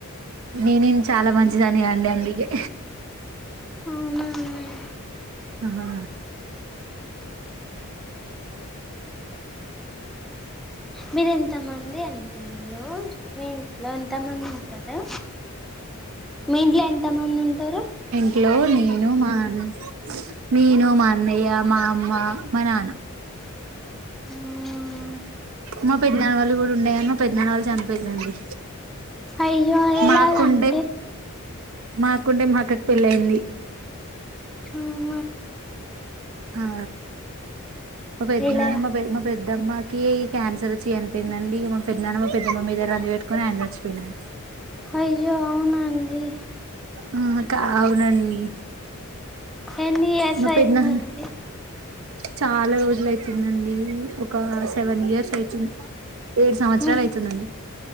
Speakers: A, on the right (about 65°); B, in the centre.
A: నేనెం చాలా మంచిదని గ అండి అందుకే
B: అవునా నె
A: అహా
B: మీర్ ఎంతమంది అండి మీరు మీ ఇంట్లో ఎంతమంది ఉంటారు మీ ఇంట్లో ఎంత మంద్ ఉంటారు
A: ట్ లో నేను మా న్ నేను మా అన్నయ్య మా అమ్మ మా నాన
B: ఆ
A: మా పెద్దనాన్న వాళ్ళు కూడా ఉండే గన్ మా పెద్దనాన్నవాళ్ళు చనిపోయి లండి
B: అయ్యో ఎలాగండి
A: మాకుండే మాకుండే మాక్క క్ పెళ్లయింది
B: హా
A: హా మ పెద్దనాన్న
B: ఎలా
A: మాపే మాప్ పెద్దమ్మకి క్యాన్సర్ ఒచ్చి అనిపోయిందండి మా పెద్దదన్న మా పెద్దమ్మ మీద రంది వెట్టుకుని ఆయన చచ్చిపోయినండ్
B: హయ్యో అవునా అండి
A: ఉ కా అవునండి
B: ఎన్ని ఇయర్స్
A: మా
B: అయితుందండి
A: పెద్దనాన చాలా రోజులయితుంద్ అండి ఒక సెవెన్ ఇయర్స్ అయితుంద్ ఏడు సంవత్సరాల్
B: మీ
A: అయితుందండి